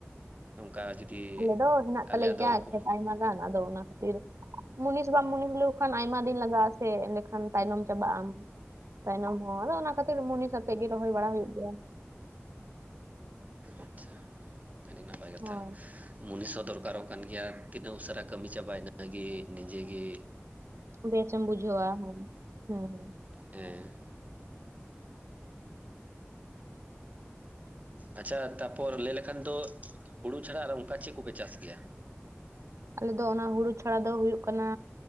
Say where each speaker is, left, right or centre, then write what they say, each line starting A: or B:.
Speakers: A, on the right; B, on the right.
A: ᱚᱝᱠᱟ ᱡᱩᱫᱤ
B: ᱟᱞᱮ ᱫᱚ ᱦᱮᱱᱟᱜ
A: ᱟᱞᱮᱭᱟᱜ
B: ᱛᱟᱞᱮ
A: ᱫᱚ
B: ᱜᱮᱭᱟ
A: ᱠᱚ
B: ᱠᱷᱮᱛ ᱟᱭᱢᱟ ᱜᱟᱱ ᱟᱫᱚ ᱚᱱᱟ ᱠᱚ ᱠᱷᱟᱹᱛᱤᱨ ᱢᱩᱱᱤᱥ ᱵᱟ ᱢᱩᱱᱤᱥ ᱦᱩᱭᱩᱜ ᱠᱷᱟᱱ ᱟᱭᱢᱟ ᱫᱤᱱ ᱞᱟᱜᱟᱜ ᱟᱥᱮ ᱮᱸᱰᱮᱠᱷᱟᱱ ᱛᱟᱭᱱᱚᱢ ᱪᱟᱵᱟᱜ ᱟᱢ ᱛᱟᱭᱱᱚᱢ ᱦᱚᱸ ᱟᱫᱚ ᱚᱱᱟ ᱠᱷᱟᱹᱛᱤᱨ ᱢᱩᱱᱤ ᱥᱟᱛᱮᱜ ᱜᱮ ᱨᱚᱦᱚᱭ ᱵᱟᱲᱟ ᱦᱩᱭᱩᱜ ᱜᱮᱭᱟ
A: ᱟᱪᱪᱷᱟ ᱟᱹᱰᱤ ᱱᱟᱯᱟᱭ ᱠᱟᱛᱷᱟ
B: ᱦᱳᱭ
A: ᱢᱩᱱᱤᱥ ᱦᱚᱸ ᱫᱚᱨᱠᱟᱨᱚᱜ ᱠᱟᱱ ᱜᱮᱭᱟ ᱛᱤᱱᱟᱹᱜ ᱩᱥᱟᱹᱨᱟ ᱠᱟᱹᱢᱤ ᱪᱟᱵᱟᱭ ᱤᱱᱟᱹᱜᱤ ᱱᱤᱡᱮ ᱜᱤ
B: ᱵᱮᱥᱮᱢ ᱵᱩᱡᱷᱟᱹᱣᱟ <inaudible> ᱦᱩᱸᱦᱩ
A: ᱦᱮᱸ ᱟᱪᱪᱷᱟ ᱛᱟᱯᱚᱨ ᱞᱟᱹᱭ ᱞᱮᱠᱷᱟᱱ ᱫᱚ ᱦᱩᱲᱩ ᱪᱷᱟᱲᱟ ᱟᱨ ᱚᱱᱠᱟ ᱪᱮᱫ ᱠᱚᱯᱮ ᱪᱟᱥ ᱜᱮᱭᱟ
B: ᱟᱞᱮ ᱫᱚ ᱚᱱᱟ ᱦᱩᱲᱩ ᱪᱷᱟᱲᱟ ᱫᱚ ᱦᱩᱭᱩᱜ ᱠᱟᱱᱟ